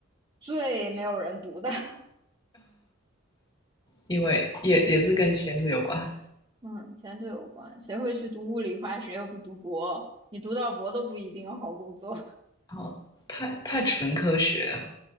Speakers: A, on the right; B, on the left.
A: 最没有人读的。<laughs>
B: 因为也也是跟前途有关。
A: 嗯，钱途有关。谁会去读物理化？谁又不读博？你读到博都不一定有好工作。<laughs>
B: 然后太太纯科学了